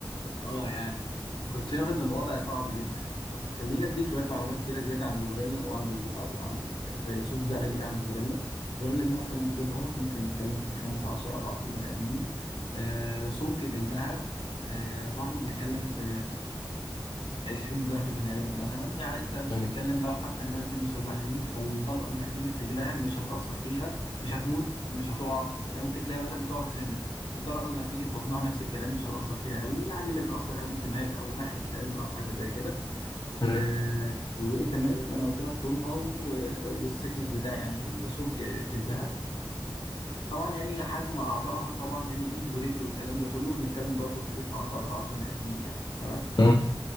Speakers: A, on the left (about 80°); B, on the left (about 55°).
A: اه يعني كنت شايف ان الوضع صعب جدا يعني بس خليني اديك شويه معلومات كده زياده عن الغوريلا او عن ال- او عن ال- الفيلسوف ده قال ايه عن الغوريلا الغوريلا دي مثلا طولها ممكن نتكلم في خمس عشر اضعاف البني ادمين آه سمك جلدها آه برضو بنتكلم في 20 ضعف البني آدم مثلا يعني انت بتتكلم
B: مم.
A: لو حتى الناس دي مسلحين فالطلقة اللي هتيجي في رجلها مش هتأثر فيها مش هتموت مش هتقع يعني ممكن تلاقي مثلا بتعرق سنة الطلقة اللي هتيجي في بطنها نفس الكلام مش هتأثر فيها قوي يعني اللي هتأثر قوي الدماغ أو ناحية القلب أو حاجة زي كده
B: مم.
A: أه وإيه كمان أنا قلت لك طولها و- والسكنس بتاع يعني وسمك جلدها طبعا يعني حجم أعضائها طبعا يعني إيد ورجل والكلام ده كله بنتكلم برضو في إيه في 10 أضعاف بني آدمين يعني تمام
B: مم.